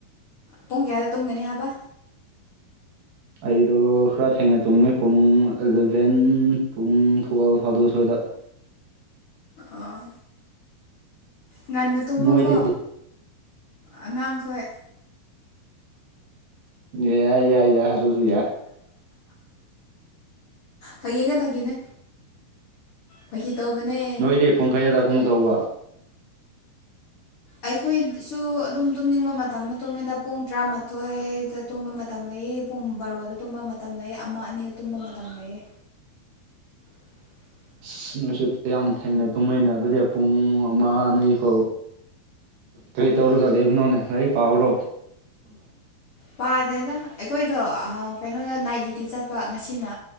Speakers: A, on the left; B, on the right.
A: ꯄꯨꯡ ꯀꯌꯥꯗ ꯇꯨꯝꯒꯅꯤ ꯍꯥꯏꯕ
B: ꯑꯩꯗꯣ ꯈꯔ ꯊꯦꯡꯅ ꯇꯨꯝꯃꯤ ꯄꯨꯡ ꯚꯦꯟ ꯄꯨꯡ ꯐꯕꯜ ꯐꯥꯗꯣꯛ ꯁ꯭ꯋꯥꯗ
A: ꯑꯥ ꯉꯟꯅ ꯇꯨꯝꯃꯣꯀꯣ
B: ꯅꯣꯏꯗꯤ
A: ꯑꯉꯥꯡꯈꯣꯏ
B: ꯑꯦ ꯌꯥꯏ ꯌꯥꯏ ꯌꯥꯏ ꯍꯥꯏ ꯑꯗꯨꯁꯨ ꯌꯥ
A: ꯐꯒꯤꯅꯦ ꯐꯒꯤꯅꯦ ꯐꯒꯤ ꯇꯧꯕꯅꯦ
B: ꯅꯣꯏꯗꯤ ꯄꯨꯡ ꯀꯩꯌꯥꯗ ꯑꯗꯨꯝ ꯇꯧꯕ
A: ꯑꯩꯈꯣꯏꯁꯨ ꯑꯗꯨꯝ ꯇꯨꯝꯅꯤꯡꯕ ꯃꯇꯝꯗ ꯇꯨꯝꯃꯤꯗ ꯄꯨꯡ ꯇꯔꯥꯃꯥꯊꯣꯏꯗ ꯇꯨꯝꯕ ꯃꯇꯝ ꯂꯩꯌꯦ ꯄꯨꯡ ꯕꯥꯔꯣꯗ ꯇꯨꯝꯕ ꯃꯇꯝ ꯂꯩ ꯑꯃ ꯑꯅꯤꯗ ꯇꯨꯝꯕ ꯃꯇꯝ ꯂꯩꯌꯦ <inaudible>
B: ꯑꯁ ꯅꯣꯏꯁꯨ ꯌꯥꯝ ꯊꯦꯡꯅꯩ ꯇꯨꯝꯍꯩꯅ ꯑꯗꯨꯗꯤ ꯄꯨꯡ ꯑꯃ ꯑꯅꯤ ꯐꯥꯎ ꯀꯔꯤ ꯇꯧꯔꯨ ꯂꯩꯕꯅꯣꯕꯅꯣꯅꯦ ꯂꯥꯏꯔꯤꯛ ꯄꯥꯕꯔꯣ
A: ꯄꯥꯗꯦꯗ ꯑꯩꯈꯣꯏꯗꯣ ꯀꯩꯅꯣꯗ ꯅꯥꯏꯠ ꯗ꯭ꯌꯨꯇꯤ ꯆꯠꯄ ꯉꯁꯤꯅ